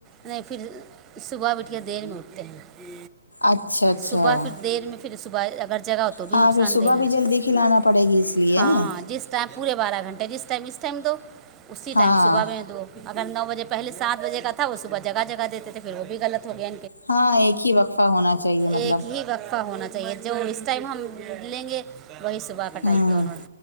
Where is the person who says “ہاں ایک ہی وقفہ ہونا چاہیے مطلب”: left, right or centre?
Left